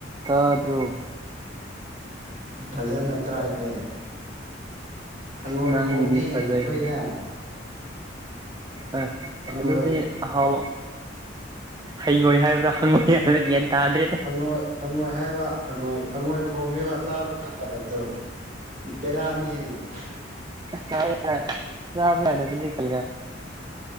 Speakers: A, on the right (about 20°); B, on the right (about 40°).
A: ꯇꯥꯗꯔꯣ
B: ꯐꯖꯅ ꯇꯥꯏꯌꯦ ꯍꯪꯉꯣꯏ
A: ꯅꯪꯒꯤꯗꯤ
B: ꯈꯣꯡꯉꯦ
A: ꯐꯖꯩ
B: ꯑꯩꯈꯣꯏꯗꯥ
A: ꯑ
B: ꯍꯩꯉꯣꯏ
A: ꯑꯗꯨꯗꯤ ꯑꯍꯥꯎ ꯍꯩꯉꯣꯏ ꯍꯥꯏꯕ꯭ꯔꯥ ꯍꯪꯉꯣꯏ ꯍꯥꯏꯕ꯭ꯔꯥ ꯭ꯒꯌ꯭ꯥꯟ ꯇꯥꯗ꯭ꯔꯦꯠ
B: ꯍꯪꯉꯣꯏ ꯍꯪꯉꯣꯏ ꯍꯥꯏꯕ ꯍꯪꯉꯣꯏ ꯍꯪꯉꯣꯏ ꯈꯣꯡꯉꯦꯕ ꯆꯥꯕ ꯌꯥꯗꯕꯗꯣ ꯕꯦꯔꯥꯅꯤꯍꯦ
A: ꯌꯥ <unintelligible> ꯌꯥꯕꯗꯗꯤ ꯀ